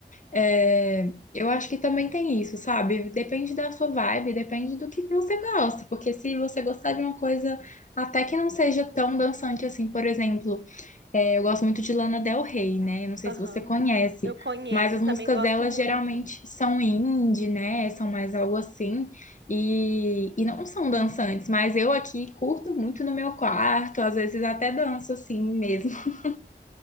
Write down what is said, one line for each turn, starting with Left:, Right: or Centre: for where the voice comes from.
Left: é, eu acho que também tem isso, sabe? Depende da sua vibe, depende do que você gosta, porque se você gostar de uma coisa até que não seja tão dançante assim, por exemplo. É, eu gosto muito de Lana Del Rey, né? Não sei
Right: Aham.
Left: se você conhece,
Right: Eu conheço,
Left: mas as músicas
Right: também gosto
Left: dela
Right: muito.
Left: geralmente são indie, né? São mais algo assim. E, e não são dançantes, mas eu aqui curto muito no meu quarto, às vezes até danço assim mesmo. <laughs>